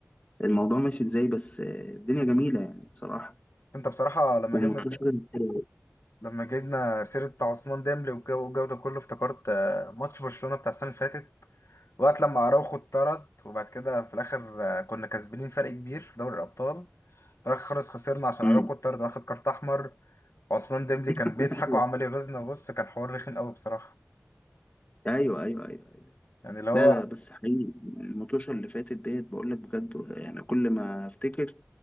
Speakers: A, on the left; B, on the left.
A: الموضوع ماشي ازاي بس آه، الدنيا جميلة يعني بصراحة
B: انت بصراحة لما
A: والمطوشة
B: جبنا س...
A: <laughs>
B: لما جبنا سيرة بتاع عثمان ديمبلي والجو الجو ده كله افتكرت آه، ماتش برشلونة بتاع السنة اللي فاتت وقت لما اراوخو اتطرد وبعد كده في الاخر آه، كنا كسبانين فرق كبير في دوري الابطال في الاخر خالص خسرنا عشان
A: مم.
B: اراوخو اتطرد واخد كارت احمر وعثمان ديمبلي
A: <laughs>
B: كان بيضحك وعمال يغيظنا بص كان حوار رخم قوي بصراحة
A: ايوه ايوه ايوه
B: يعني اللي هو
A: لا لا لا، بس حقيقي المطوشة اللي فاتت ديت بقول لك بجد يعني كل ما افتكر